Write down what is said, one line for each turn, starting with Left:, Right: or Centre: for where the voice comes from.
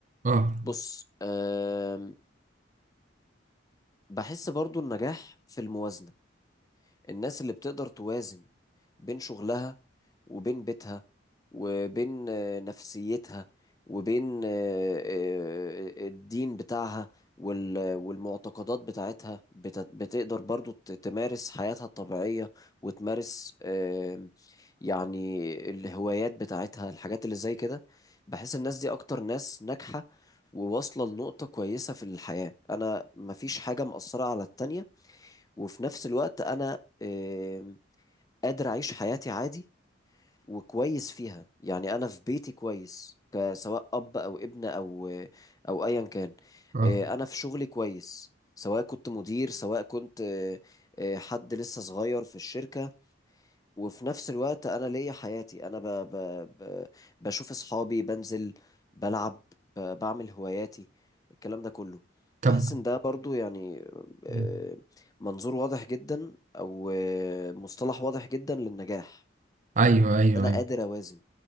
Right: أه
Left: بص أم، بحس برضو النجاح في الموازنة الناس اللي بتقدر توازن بين شغلها وبين بيتها وبين آه، نفسيتها وبين آه، آه، الدين بتاعها وال- والمعتقدات بتاعتها بت- بتقدر برضو ت- تمارس حياتها الطبيعية وتمارس آم، يعني الهوايات بتاعتها الحاجات اللي زي كده بحس الناس دي أكتر ناس ناجحة وواصلة لنقطة كويسة في الحياة أنا مفيش حاجة مأثرة على التانية وفي نفس الوقت انا آم، قادر اعيش حياتي عادي وكويس فيها يعني انا في بيتي كويس ك- سواء اب او ابن او او ايا كان
Right: أه
Left: آه، انا في شغلي كويس سواء كنت مدير سواء كنت آه، آه، حد لسه صغير في الشركة وفي نفس الوقت انا ليا حياتي انا ب... ب... ب... بشوف اصحابي بنزل بلعب ب... بعمل هواياتي الكلام ده كله
Right: طب
Left: بحس ان ده برضو يعني آه،
Right: مم.
Left: منظور واضح جدا او آه، مصطلح واضح جدا للنجاح
Right: أيوه أيوه
Left: ان انا
Right: أيوه
Left: قادر اوازن